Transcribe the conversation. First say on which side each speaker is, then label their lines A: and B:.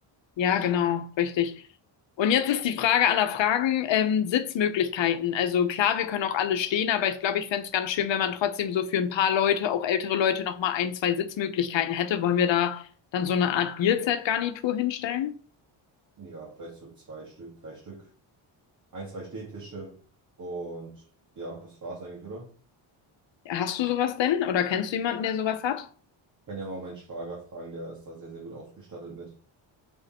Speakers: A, on the left (about 60°); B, on the right (about 35°).
A: Ja, genau, richtig. Und jetzt ist die Frage aller Fragen, ähm, Sitzmöglichkeiten. Also klar, wir können auch alle stehen, aber ich glaube, ich fände es ganz schön, wenn man trotzdem so für ein paar Leute, auch ältere Leute, nochmal ein, zwei Sitzmöglichkeiten hätte. Wollen wir da dann so eine Art Bierzeltgarnitur hinstellen?
B: Ja, vielleicht so zwei Stück, drei Stück. Ein, zwei Stehtische. Und ja, das war's eigentlich, oder?
A: Hast du sowas denn? Oder kennst du jemanden, der sowas hat?
B: Ich kann ja mal meinen Schwager fragen, der ist da sehr, sehr gut ausgestattet mit.